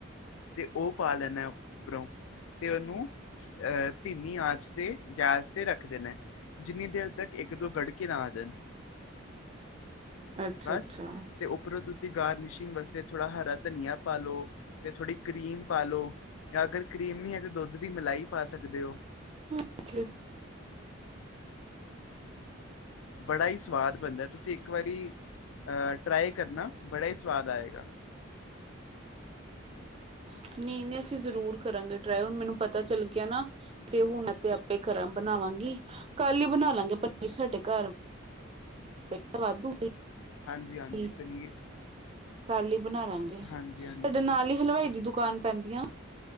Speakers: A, on the left; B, on the right.
A: ਤੇ ਓ ਪਾ ਲੈਂਨੈ ਉੱਪਰੋਂ ਤੇ ਤੇ ਓਨੂੰ ਅਹ ਧੀਮੀ ਆਂਚ ਤੇ ਗੈਸ ਤੇ ਰੱਖ ਦੇਨੈ ਜਿੰਨੀ ਦੇਰ ਤੱਕ ਇੱਕ ਦੋ ਗੜਕੇ ਨਾ ਆ ਜਾਣ।
B: ਅੱਛਾ-ਅੱਛਾ
A: ਬਸ ਤੇ ਉੱਪਰੋਂ ਤੁਸੀਂ ਗਾਰਨਿਸ਼ਿੰਗ ਵਾਸਤੇ ਥੋੜ੍ਹਾ ਹਰਾ ਧਨੀਆ ਪਾਲੋ ਤੇ ਥੋੜ੍ਹੀ ਕਰੀਮ ਪਾਲੋ। ਯਾਂ ਅਗਰ ਕਰੀਮ ਨੀ ਹੈ ਤਾਂ ਦੁੱਧ ਦੀ ਮਲਾਈ ਪਾ ਸਕਦੇ ਓ।
B: <unintelligible> ਅੱਛਾ
A: ਬੜਾ ਈ ਸਵਾਦ ਬਣਦਾ ਤੁਸੀਂ ਇੱਕ ਵਾਰੀ ਅ ਟਰਾਈ ਕਰਨਾ ਬੜਾ ਈ ਸਵਾਦ ਆਏਗਾ।
B: <unintelligible> ਨੀ-ਨੀ ਅਸੀਂ ਜ਼ਰੂਰ ਕਰਾਂਗੇ ਟਰਾਈ ਹੁਣ ਮੈਨੂੰ ਪਤਾ ਚੱਲ ਗਿਆ ਨਾ। ਤੇ ਹੁਣ ਤੇ ਆਪੇ ਕਰਾਂ ਬਣਾਵਾਂਗੀ ਕੱਲ ਈ ਬਣਾ ਲਾਂਗੇ ਪਨੀਰ ਸਾਡੇ ਘਰ <inaudible> ਫਿਰ ਤਾਂ ਵਾਧੂ ਪਈ
A: ਹਾਂਜੀ ਹਾਂਜੀ ਪਨੀਰ
B: ਕੱਲ ਈ ਬਣਾ ਲਾਂਗੇ
A: ਹਾਂਜੀ
B: ਸਾਡੇ
A: ਹਾਂਜੀ
B: ਨਾ <unintelligible> ਕੋਲ ਈ ਹਲਵਾਈ ਦੀ ਦੁਕਾਨ ਪੈਂਦੀ ਆ